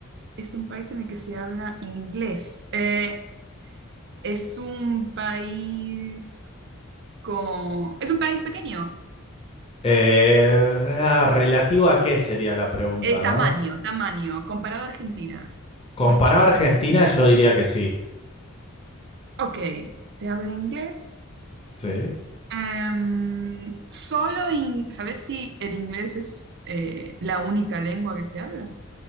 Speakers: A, on the right; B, on the left.
A: Es un país en el que se habla inglés. Eh, es un país con... Es un país pequeño.
B: Eh, ah, ¿relativo a qué sería la pregunta,
A: Es tamaño,
B: no?
A: tamaño, comparado a Argentina.
B: Comparado
A: Más chico.
B: a Argentina, yo diría que sí.
A: Ok, se habla inglés.
B: Sí.
A: Em, solo, in- ¿sabes si el inglés es eh, la única lengua que se habla?